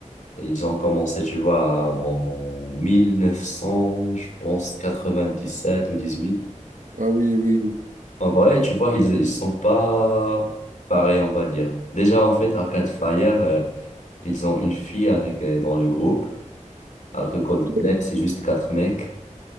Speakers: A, on the left; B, on the right.
A: ils ont commencé, tu vois, en 1900, je pense, 97 ou 18.
B: Ah oui, oui.
A: En vrai, tu vois, ils, ils sont pas pareils, on va dire. Déjà, en fait, Arcade Fire, euh, ils ont une fille avec, euh, dans le groupe, alors que Coldplay,
B: Ok.
A: c'est juste quatre mecs.